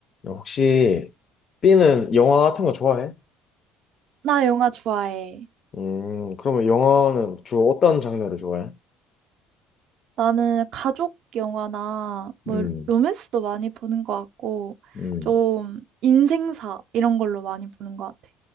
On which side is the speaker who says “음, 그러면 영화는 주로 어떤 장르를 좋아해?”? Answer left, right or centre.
Left